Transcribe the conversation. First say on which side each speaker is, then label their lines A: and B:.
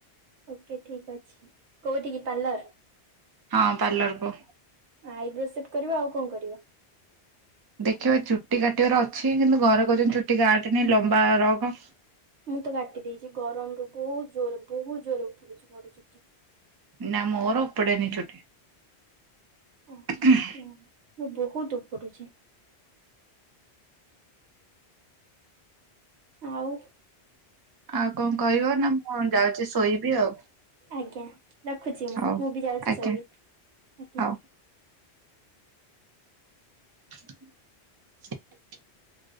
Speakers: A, on the right (about 80°); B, on the right (about 40°).
A: ଓକେ ଠିକ୍ ଅଛି କୋଉଠି କି ପାର୍ଲର।
B: ହଁ ପାର୍ଲର କୁ।
A: ଆଇବ୍ରୋ ସେବ୍ କରିବ। ଆଉ କଣ କରିବ?
B: ଦେଖିବା ଚୁଟି କାଟିବାର ଅଛି କିନ୍ତୁ ଘରେ କହୁଛନ୍ତି ଚୁଟି କାଟେନି ଲମ୍ବା ରଖ।
A: ମୁଁ ତ କାଟି ଦେଇଛି ଗରମରୁୁ ବହୁତ ଜୋରରେ ବହୁତ ଜୋରରେ ଉପୁଡୁଛି ମୋର ଚୁଟି।
B: ନା ମୋର ଓପୋଡ଼େ ନି ଚୁଟି
A: ଓହୋ
B: <unintelligible>
A: ହୁଁ, ମୁଁ ବହୁତ ଉପୁଡୁଛି। ଆଉ।
B: ଆଉ କଣ କହିବ ନା ମୁଁ ଯାଉଛି ଶୋଇବି ଆଉ।
A: ଆଜ୍ଞା ରଖୁଛି ମୁଁ
B: ହଉ
A: ମୁଁ ବି ଯାଉଛି
B: ଆଜ୍ଞା
A: ଶୋଇବି ଆଜ୍ଞା।
B: ହଉ। <inaudible>